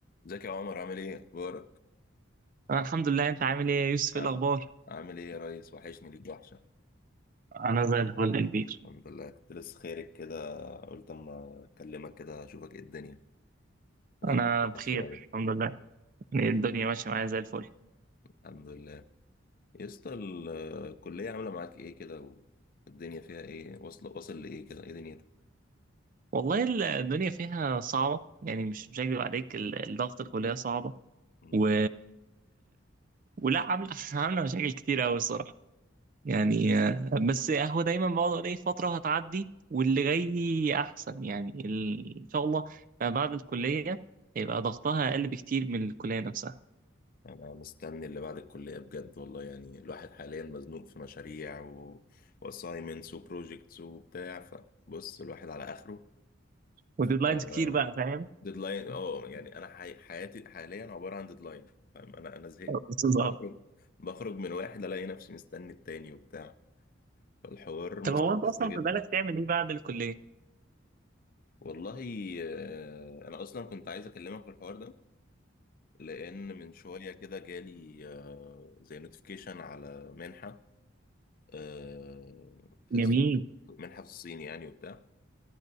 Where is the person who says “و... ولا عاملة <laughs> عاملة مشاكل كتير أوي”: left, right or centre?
Right